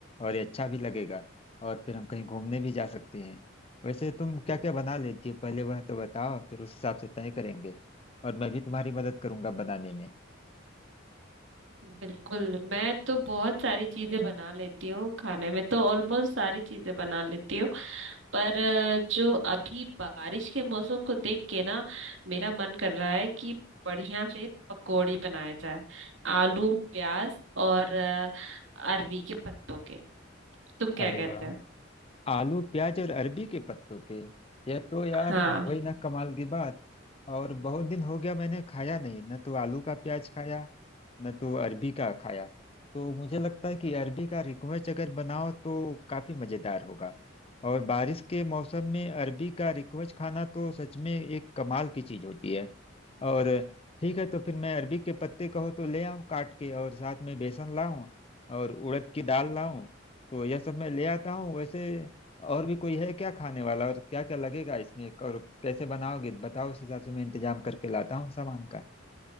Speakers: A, on the left; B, on the right.
A: और ये अच्छा भी लगेगा और फिर हम कहीं घूमने भी जा सकते हैं वैसे तुम क्या क्या बना लेती हो पहले वह तो बताओ फिर उस हिसाब से तय करेंगे और मैं भी तुम्हारी मदद करूंगा बनाने में
B: बिल्कुल मैं तो बहुत सारी चीजें बना लेती हूँ खाने में तो ऑलमोस्ट सारी चीजें बना लेती हूँ पर अ, जो अभी बारिश के मौसम को देख के ना मेरा मन कर रहा है कि बढ़िया से पकौड़ी बनाया जाए आलू प्याज और अ, अरवी के पत्तों के तुम क्या
A: अरे
B: कहते
A: वाह
B: हो
A: आलू प्याज और अरबी के पत्तों पे यह तो यार
B: हाँ
A: वही ना कमाल की बात और बहुत दिन हो गया मैंने खाया नहीं न तो आलू का प्याज खाया न तो अरबी का खाया तो मुझे लगता है कि अरबी का रिकवेच अगर बनाओ तो काफी मजेदार होगा और बारिश के मौसम में अरबी का रिकवेच खाना तो सच में एक कमाल की चीज होती है और ठीक है तो फिर मैं अरबी के पत्ते कहो तो ले आऊं काट के और साथ में बेसन लाऊं और उड़द की दाल लाऊं तो यह सब मैं ले आता हूँ वैसे और भी कोई है क्या खाने वाला और क्या क्या लगेगा इसमें और कैसे बनाओगे बताओ उस हिसाब से मैं इंतजाम करके लाता हूँ सामान का